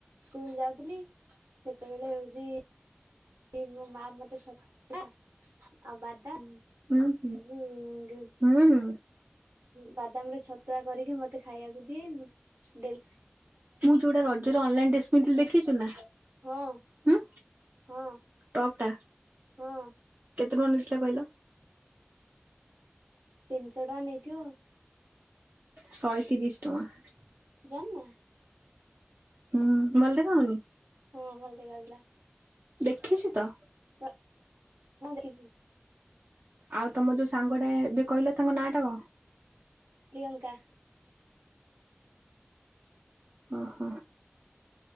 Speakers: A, on the right; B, on the right.
A: ସ୍କୁଲ ଯାଉଥିଲି ସେତେବେଳେ ହଉଛି ମୋ ମା ମତେ ଛତୁଆ ଆଉ ବାଦାମ
B: ହୁଁ ହୁଁ।
A: ସବୁ
B: ହୁଁ ହଁ।
A: ବାଦାମରେ ଛତୁଆ କରିକି ମତେ ଖାଇବାକୁ ଦିଏ। ଡେ
B: ମୁଁ ଯୋଉଟା ରଜରେ ଅନଲାଇନ୍ ଡ୍ରେସ୍ କିନିଥିଲି ଦେଖିଛୁ ନା
A: ହଁ
B: ଉଁ
A: ହଁ
B: ଟପ୍ ଟା।
A: ହଁ।
B: କେତେ ଟଙ୍କା ନେଇଥିଲା କହିଲୁ?
A: ତିନିଶ ଟଙ୍କା ନେଇଥିବ ଆଉ।
B: ଶହେ ତିରିଶ ଟଙ୍କା
A: ଜାନା
B: ହୁଁ ବଲଦଖା ହନି।
A: ହଁ ଭଲ ଦେଖାଯାଉଥିଲା।
B: ଦେଖିଛୁ ତ?
A: ତ ହଁ ଦେଖିଚି।
B: ଆଉ ତମ ଯୋଉ ସାଙ୍ଗ ଟାବେ କହିଲ ତାଙ୍କ ନାଁ ଟା କ?
A: ପ୍ରିୟଙ୍କା।
B: ଅହ।